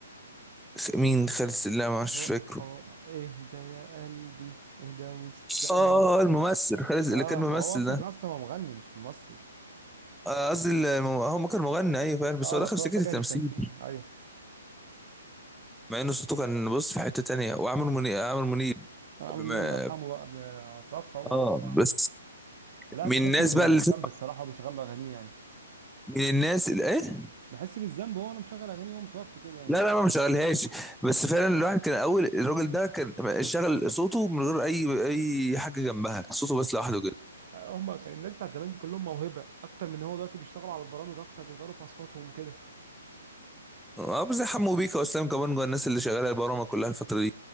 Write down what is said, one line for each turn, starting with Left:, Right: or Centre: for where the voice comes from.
Centre: خ- مين خالد لا مش
Right: اللي هو
Centre: فاكره
Right: هو اهدى يا قلبي اهدى واستنى
Centre: اه الممثل خالد اللي
Right: اه
Centre: كان ممثل
Right: ما هو اصلا
Centre: ده
Right: كان اصلا هو مغني مش ممثل
Centre: آه، قصدي الم- هو ما كان مغني ايوه فعلا بس
Right: اه
Centre: هو دخل
Right: بس
Centre: في
Right: هو
Centre: سكه
Right: اتجه
Centre: التمثيل
Right: للتمثيل ايوه
Centre: مع ان صوته كان بص في حته تانية وعامر منيب عامر منيب
Right: عامل
Centre: قبل
Right: مين
Centre: ما
Right: الله يرحمه بقى قبل ما توفى هو
Centre: اه بس
Right: الواحد
Centre: من
Right: بيحس
Centre: الناس
Right: بالذنب
Centre: بقى اللي تسمع
Right: الصراحه وبيشغل له اغانيه يعني
Centre: من الناس اللي ايه
Right: بحس بالذنب وهو انا مشغل اغاني وهو متوفي كده يعني
Centre: لا لا ما مشغلهاش بس فعلا الواحد كان اول الراجل ده كان شغل صوته من غير اي اي حاجه جنبها صوته بس لوحده كده
Right: هما كان الناس بتاعت زمان دي كلهم موهبه اكتر من هو دلوقتي بيشتغلوا على البرامج اكتر بيغيروا في اصواتهم وكده
Centre: اه بس زي حمو بيكا واسلام كمان جوه الناس اللي شغاله البرامج كلها الفتره دي